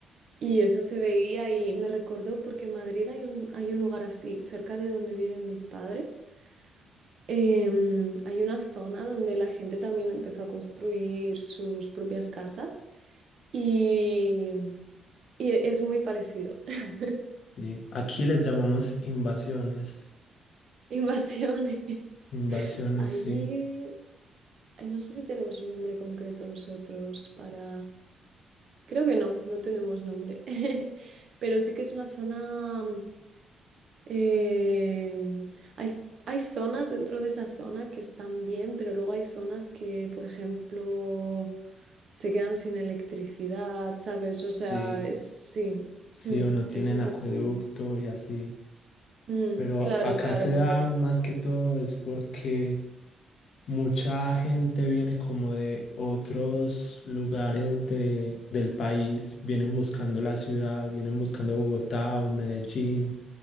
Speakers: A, on the right (about 55°); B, on the left (about 60°).
A: Y eso se veía y me recordó porque en Madrid hay un, hay un lugar así, cerca de donde viven mis padres. Em, hay una zona donde la gente también empezó a construir sus propias casas y, y e- es muy parecido. <laughs>
B: sí. Aquí les llamamos invasiones.
A: Invasiones.
B: Invasiones,
A: Allí,
B: sí.
A: eh, no sé si tenemos un nombre concreto nosotros para... Creo que no, no tenemos nombre. <laughs> Pero sí que es una zona Eh, hay, hay zonas dentro de esa zona que están bien, pero luego hay zonas que, por ejemplo, se quedan sin electricidad, ¿sabes? O sea,
B: Sí.
A: es, sí,
B: sí
A: mm,
B: o no tienen
A: es un
B: acueducto
A: poco...
B: y así.
A: mm,
B: Pero
A: claro,
B: acá
A: claro,
B: se
A: porque...
B: da más que todo es porque mucha gente viene como de otros lugares de, del país, vienen buscando la ciudad, vienen buscando Bogotá o Medellín